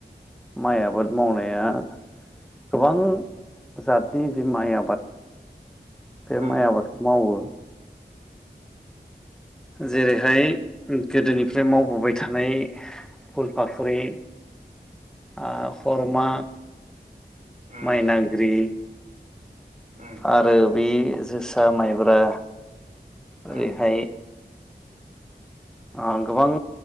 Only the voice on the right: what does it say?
उम
उम
उम
उम